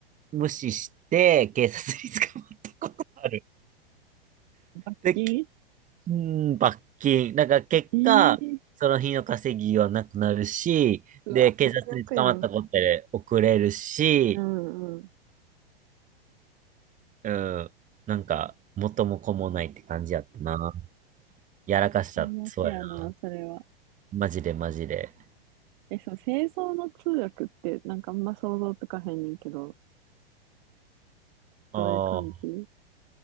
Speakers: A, on the right (about 25°); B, on the right (about 50°).
A: 無視して、警察に捕まったことがある。
B: 罰金
A: で、うん、罰金。だから結果、
B: えー、
A: その日の稼ぎはなくなるし、
B: うわ、
A: で、
B: 最悪やん。
A: 警察に捕まったことで遅れるし、
B: うん、うん。
A: うん、なんか、元も子もないって感じやったな。やらかした、
B: 最悪やな、
A: そうやな。
B: それは。
A: マジでマジで。
B: え、そう、製造の通訳って、なんかあんま想像つかへんねんけど、どういう感じ
A: ああ、